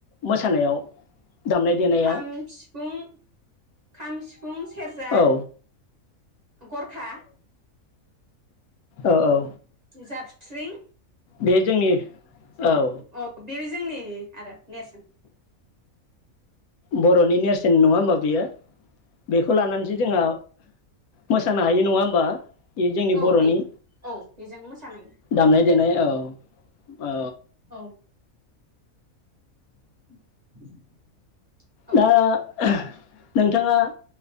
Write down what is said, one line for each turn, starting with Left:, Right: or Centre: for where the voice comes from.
Left: मोसानायाव। दामनाय देनाया
Right: खाम सिफुं खाम सिफुं सेरजा
Left: औ
Right: गरखा।
Left: ओ औ।
Right: जाबस्रिं।
Left: बे जोंनि।
Right: <unintelligible>
Left: औ
Right: बे जोंनि। आरो नेरसोन।
Left: बरनि नेरसोन नङा होमबा बेयो बेखौ लानानैसो जोंहा मोसानो हायो नङा होमबा। ए जोंनि
Right: औ
Left: बरनि
Right: हायो औ बेजों मोसानाय
Left: दामनाय देनाय औ। ओ।
Right: औ <inaudible> औ
Left: दा ओह। नोंथाङा।